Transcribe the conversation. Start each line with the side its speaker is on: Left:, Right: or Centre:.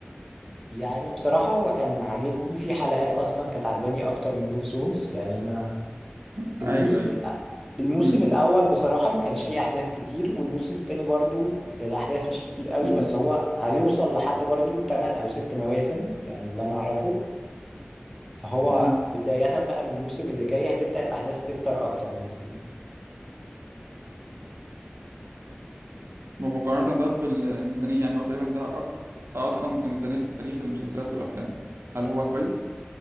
Centre: يعني بصراحة هو كان عاجبني في
Right: أو-
Centre: حلقات اصلا كانت عاجباني اكتر من جيم اوف ثرونز يعني انا
Right: مم.
Centre: الموسم
Right: أيوه أيوه
Centre: الأ... الموسم
Right: امم
Centre: الاول بصراحة ما كانش فيه احداث كتير والموسم التاني برضو الاحداث مش كتير قوي
Right: امم
Centre: بس هو هيوصل لحد برضو 8 او 6 مواسم يعني اللي انا اعرفه فهو
Right: امم
Centre: بداية بقى من الموسم اللي جاي هتبدأ الاحداث تكتر اكتر المفروض
Right: مقارنة بقى بالميزانية يعني هو تقريبا ده أك... أضخم ميزانية في تاريخ المسلسلات والأفلام هل هو كويس؟